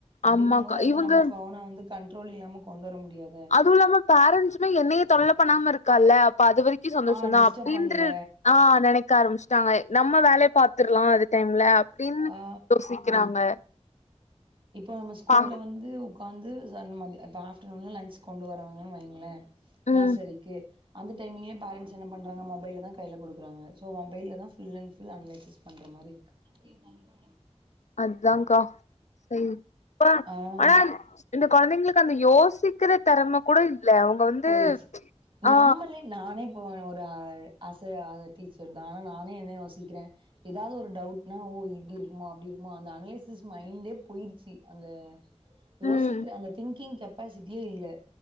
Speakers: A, on the right (about 45°); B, on the left (about 85°).
A: அப்டிங்கும்
B: ஆமாக்கா
A: போது அத
B: இவுங்க
A: நம்ம ஃபோன வந்து கண்ட்ரோல் இல்லாம கொண்டு வர முடியாதே
B: அதுவுல்லாம பேரண்ட்ஸுமே என்னைய தொல்ல பண்ணாம இருக்கால்ல அப்ப அது வரைக் கு சந்தோஷ
A: ஆ
B: தா
A: டிஸ்டர்ப்
B: அப்டின்ற
A: பண்ல
B: ஆ நெனைக் க்க ஆரம்பிச்சுட்டாங்க நம்ம வேலய பாத்துர்லா அந்த டைம்ல அப்டின்னு
A: ஆ
B: யோசிக்கிறாங்க
A: இப்போ நம்ம ஸ்கூல்ல
B: பா
A: வந்து உக்காந்து ய அந்த மாதி அதா ஆப்டர்நூன்ல லன்ச் கொண்டு வரவங்கன்னு வைங்களே
B: ம்
A: நா சரிக்கு அந்த டைம்லயு பேரன்ஸ் என்ன பண்றாங்க மொபைல தா கையில குடுக்குறாங்க சோ மொபைல்ல தா ஃபுல் அண்ட் ஃபுல் அன்லைஸிஸ் பண்ற மாரி இருக்கு ஏ தண்ணீ ப
B: அதாக்கா சரி ப்ற
A: ஆ
B: ஆனா இந்த கொழந்தைங்ளுக்கு அந்த யோசிக்குற தெறம கூட இல்ல வந்து
A: போயிச்சு
B: ஆ
A: நம்மளே நானே இப்ப ஒரு அசிரியராக டீச்சர் தான் நானே என்ன யோசிக்கிற ஏதாவது ஒரு டவுட்னா ஓ இப்டி இருக்குமோ அப்டி இருக்குமோ அந்த அனலிசிஸ் மைண்டே போயிருச்சு அந்த யோசிக்கிற
B: ம்
A: அந்த திங்கிங் கெப்பாசிட்டியே இல்ல